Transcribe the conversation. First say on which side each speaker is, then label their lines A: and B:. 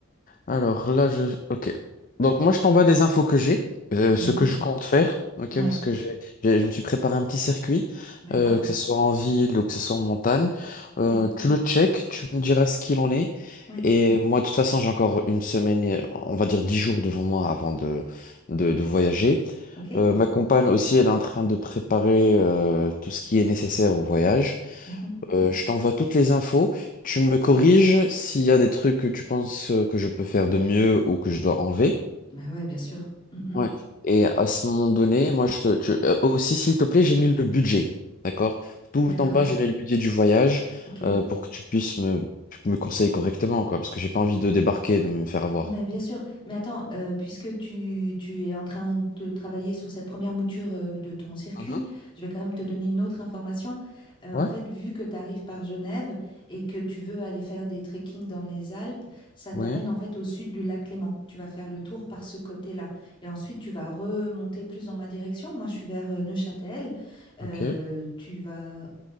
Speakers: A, on the left (about 40°); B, on the left (about 25°).
A: Alors là, je... Ok. Donc moi, je t'envoie des infos que j'ai, euh,
B: Mhm.
A: ce que je compte faire, ok,
B: Ouais,
A: parce que j'ai, j'ai- je me suis préparé un petit circuit,
B: d'accord?
A: euh, que ce soit en ville ou que ce soit en montagne. Euh,
B: Oui,
A: tu le check, tu me diras ce qu'il en est.
B: ouais,
A: Et moi, de toute façon, j'ai encore une semaine, et, on va dire dix jours devant moi avant de, de, de voyager.
B: ok.
A: Euh, ma compagne aussi, elle est en train de préparer euh, tout ce qui est nécessaire au voyage.
B: Mhm.
A: Euh, je t'envoie toutes les infos. Tu me corriges s'il y a des trucs que tu penses euh, que je peux faire de mieux ou que je dois enlever.
B: Bah ouais, bien sûr. Mm, mm.
A: Ouais. Et à ce moment donné, moi, je te, tu- euh, aussi, s'il te plaît, j'ai mis le budget. D'accord? Tout
B: D'accord,
A: en bas, j'ai mis le budget du voyage
B: ok.
A: euh, pour que tu puisses me, me conseiller correctement, quoi. Parce que j'ai pas envie de débarquer et de me faire avoir.
B: Ben,
A: quoi.
B: bien sûr, mais attends, euh, puisque tu, tu es en train de travailler sur cette première mouture euh, de ton circuit,
A: Mhm.
B: je vais quand même te donner une autre information. Euh,
A: Ouais,
B: en fait, vu que tu arrives par Genève et que tu veux aller faire des trekking dans les Alpes, ça t'amène
A: oui.
B: en fait au sud du lac Léman. Tu vas faire le tour par ce côté-là. Et ensuite, tu vas remonter plus dans ma direction. Moi, je suis vers euh, Neuchâtel. Euh,
A: Ok,
B: tu vas